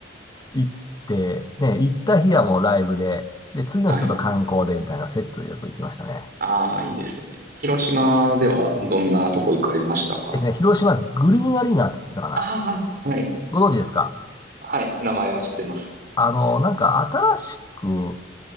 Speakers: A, on the left; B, on the right.
A: 行って、ね、行った日はもうライブで、で、次の日ちょっと観光でみたいなセットでよく行きましたね。
B: はい。ああ、いいですね。広島ではどんなとこ行かれましたか
A: えっとね、広島グリーンアリーナって言ってたかな。
B: ああ、はい。
A: ご存知ですか
B: はい。名前は知ってます。
A: あのーなんか新しく、